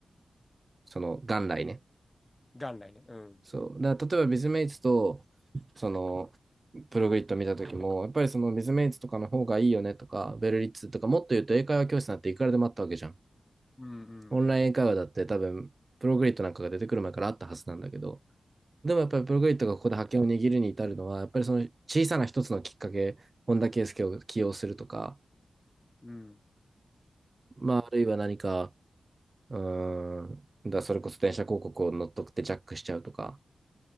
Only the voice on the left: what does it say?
元来ね。うん。
うんうんうんうん。
そうね。
うん。